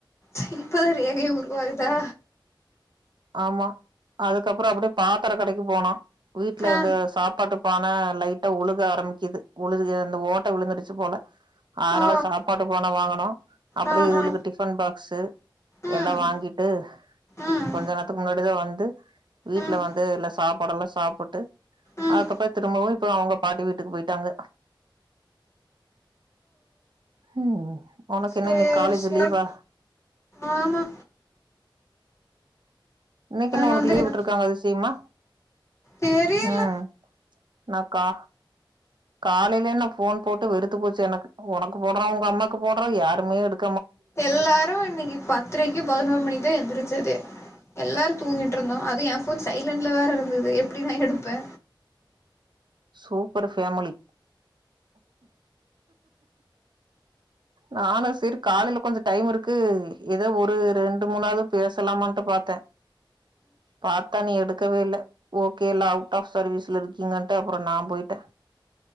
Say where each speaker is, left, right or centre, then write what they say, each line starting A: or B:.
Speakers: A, on the left; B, on the right.
A: <unintelligible> ரேகையே உருவாகுதா
B: ஆமா அதுக்கப்பறோ அப்டியே பாத்திர கடைக்கு போனோ வீட்டுல
A: ஆ
B: இந்த சாப்பாட்டுப் போன லைட்டா ஒழுக ஆரம்பிக்குது ஒழுக இந்த ஓட்ட விழுந்துருச்சு போல அதனால
A: ஓ
B: சாப்பாட்டு பான வாங்கனோ அப்டியே
A: ஆ
B: இதுகளுக்கு
A: ஆ
B: டிஃபன் பாக்ஸ்சு
A: ம்
B: எல்லா வாங்கிட்டு
A: ம்
B: கொஞ்ச நேரத்துக்கு முன்னாடிதா வந்து வீட்டுல
A: ம்
B: வந்து இல்ல சாப்பாடெல்லா சாப்புட்டு
A: ம்
B: அதுக்கப்பற திரும்பவு இப்ப அவுங்க பாட்டி வீட்டுக்கு போயிட்டாங்க ம் ஓனக்கு
A: சேர்
B: என்னா இன்னைக் காலேஜ்
A: சேர்
B: லீவா
A: ஆமா
B: இன்னைக்கு என்ன
A: அதனாலதா
B: உனக்கு லீவு விட்டிருக்காங்க அதிசீமா
A: தெரில
B: ம் நா கா காலையில நா ஃபோன் போட்டு வெறுத்து போச்சு எனக்கு உனக்கு போடுறோ உங்க அம்மாக்கு போடுறோ யாருமே எடுக்
A: எல்லாரு இன்னைக்கு பத்தரைக்கு பதினோரு மணிக்குதா எழுந்திச்சதே எல்லாரு தூங்கிட்டு இருந்தோ அது எ ஃபோன் சைலன்ட்ல வேற இருந்தது எப்டி நா எடுப்பே
B: சூப்பர்பேமிலி நானு சேரி காலையில கொஞ்சோ டைம் இருக்கு ஏதோ ஒரு ரெண்டு மூணாவது பேசலாமன்டு பாத்தே பத்தா நீ எடுக்கவே இல்ல ஓகே நீ அவுட்ஆப் சர்வீஸ்ல இருக்கீங்க ட அப்புறோ நா போயிட்டே